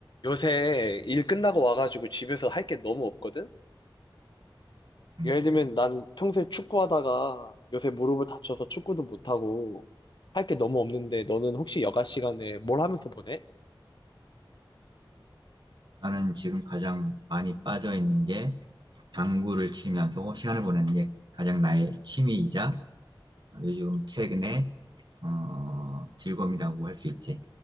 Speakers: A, on the left; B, on the right.
A: 요새 일 끝나고 와가지고 집에서 할 게 너무 없거든?
B: 음,
A: 예를 들면 난 평소에 축구하다가 요새 무릎을 다쳐서 축구도 못하고 할 게 너무 없는데 너는 혹시 여가 시간에 뭘 하면서 보내?
B: 나는 지금 가장 많이 빠져 있는 게 당구를 치면서 시간을 보내는 게 가장 나의 취미이자 요즘 최근에 어, 즐거움이라고 할 수 있지.